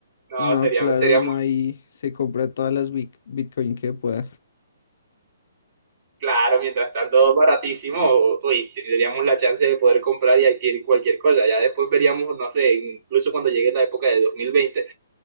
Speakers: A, on the right; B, on the left.
A: No,
B: no,
A: sería,
B: claro,
A: sería
B: uno
A: muy
B: ahí se compra todas las bit- Bitcoin que pueda.
A: claro. Mientras tanto, baratísimo. Uy, tendríamos la chance de poder comprar y adquirir cualquier cosa. Ya después veríamos, no sé, incluso cuando llegue la época de 2020